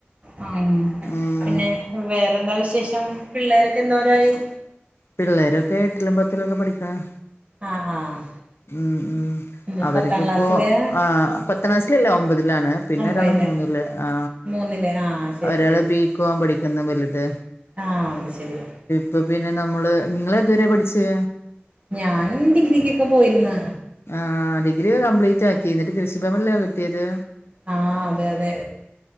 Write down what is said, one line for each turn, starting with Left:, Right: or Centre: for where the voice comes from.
Right: ഉം
Left: ഉം
Right: പിന്നെ വേറെന്താ വിശേഷം പിള്ളേരൊക്കെ എന്തോരായി
Left: പിള്ളേരൊക്കെ എട്ടിലും പത്തിലൊക്കെ പടിക്കണ്.
Right: ആഹ് ആഹ്
Left: ഉം ഉം
Right: ഉം
Left: അവർക്ക്ിപ്പോ
Right: പത്താം ക്ലാസ്സില്
Left: ആ പത്താംക്ലാസിലല്ല ഒമ്പതിലാണ്. പിന്നെ
Right: ഒമ്പയില്
Left: ഒരാള് മൂന്നില് ആ
Right: മൂന്നില് ആഹ് ശരി
Left: ഒരാള് ബി കോം പഠിക്കുന്നു വലുത്.
Right: ആഹ അത് ശെരിയ
Left: അപ്പൊ പിന്നെ നമ്മള് നിങ്ങളെതുവരെ പഠിച്ചേ?
Right: ഞാൻ ഡിഗ്രിക്കൊക്കെ പോയിരുന്ന്.
Left: ആഹ് ഡിഗ്രി കംപ്ലീറ്റ് ആക്കി എന്നിട്ട് കൃഷിഭവനില കിട്ടിത്
Right: ആ അതെ അതെ.